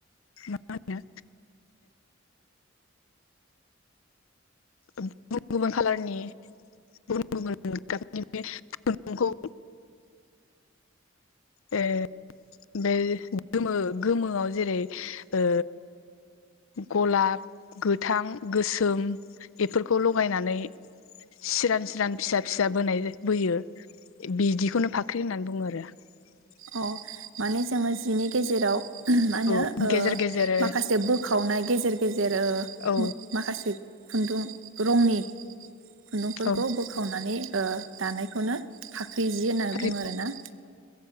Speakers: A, on the left; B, on the right.
A: मा होनो गुबुन गुबुन कालारनि गुबुन गुबुननि बे खुन्दुंखौ ए बे गोमो गोमोआव जेरै ओ गलाब गोथां गोसोम बेफोरखौ लगायनानै सिरान सिरान फिसा फिसा बोनाय बोयो बिदिखौनो फाख्रि होननानै बुङो आरो <inaudible>
B: अ माने जोङो जिनि गेजेराव मा होनो
A: औ
B: ओ
A: गेजेर गेजेर
B: माखासे बोखावनाय गेजेर गेजेर ओ
A: औ
B: माखासे खुन्दुं रंनि खुन्दुंफोरखौ
A: औ
B: बोखावनानै ओ दानायखौनो फा फाख्रि जि होनना
A: फाख्रि
B: बुङो आरोना।